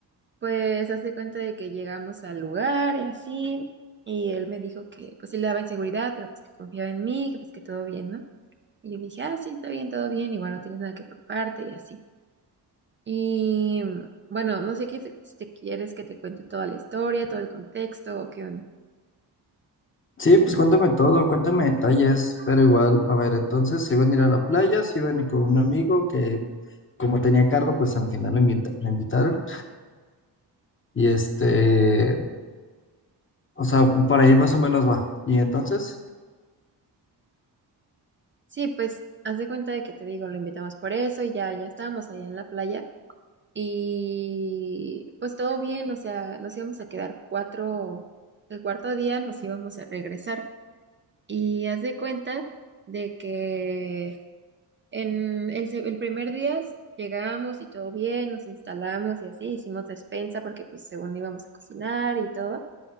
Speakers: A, on the right; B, on the left.
A: pues hace cuenta de que llegamos al lugar y así, y él me dijo que pues sí le daba inseguridad, pero pues que confiaba en mí, que pues que todo bien, ¿no? Y yo dije, ah, sí, está bien, todo bien, igual no tienes nada que preocuparte y así. Y bueno, no sé qué, se- si te quieres que te cuente toda la historia, todo el contexto o qué onda.
B: Sí, pues cuéntame todo, cuéntame detalles, pero igual, a ver, entonces se iban a ir a la playa, se iban a ir con un amigo que como tenía carro, pues al final lo invita- lo invitaron y este, o sea, por ahí más o menos va. Y entonces,
A: Sí, pues haz de cuenta de que te digo, lo invitamos por eso y ya, ya estábamos allá en la playa. Y pues todo bien, o sea, nos íbamos a quedar cuatro, el cuarto día nos íbamos a regresar. Y haz de cuenta de que en el, se- el primer día s- llegamos y todo bien, nos instalamos y así, hicimos despensa porque pues según íbamos a cocinar y todo.